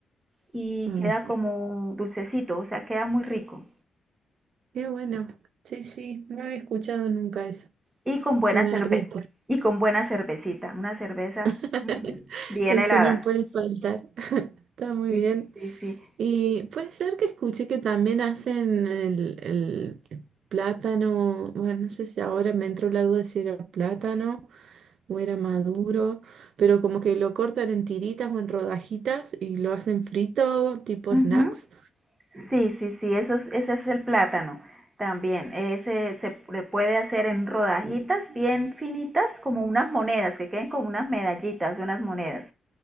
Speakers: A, on the right (about 20°); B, on the right (about 75°).
A: y
B: Ajá.
A: queda como dulcecito, o sea, queda muy rico.
B: Qué bueno. Sí, sí, no había escuchado nunca eso.
A: Y con buena
B: Suena
A: cerve
B: rico.
A: y con buena cervecita, una cerveza
B: <laughs>
A: ujú, bien
B: Eso
A: helada.
B: no puede faltar. Está muy
A: Sí,
B: bien.
A: sí, sí. sí.
B: Y puede ser que escuché que también hacen el, el plátano, bueno, no sé si ahora me entró la duda de si era plátano o era maduro, pero como que lo cortan en tiritas o en rodajitas y lo hacen frito, tipo
A: Ujú.
B: snacks.
A: Sí, sí, sí, eso es- ese es el plátano también. Ese se le puede hacer en rodajitas bien finitas, como unas monedas, que queden como unas medallitas, unas monedas.